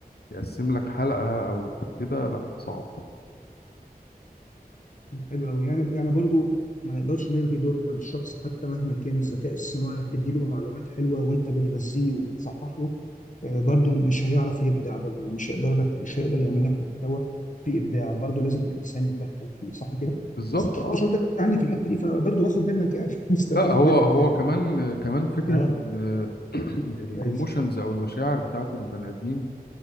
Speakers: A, on the left; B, on the left.
A: يقسم لك حلقة او كده لا صعب
B: حلو قوي يعني يعني برضو ما نقدرش نلغي دور الشخص حتى مهما كان الذكاء الصناعي بتدي له معلومات حلوه وانت بتغذيه وبتصحح له آه، برضو مش هيعرف يبدع برضو مش هيقدر لك مش هيقدر يعمل لك محتوى فيه ابداع برضو لازم الانسان يتدخل فيه صح كده
A: بالظبط
B: بس انت
A: اه
B: شاطر عني في الحته دي فبرضو باخد منك يعني <laughs> مستفيد
A: لا هو
B: منك
A: هو
B: يعني
A: كمان كمان فكرة
B: اه
A: ال <clears throat> الايموشنز
B: كويس
A: او المشاعر بتاعت البني ادمين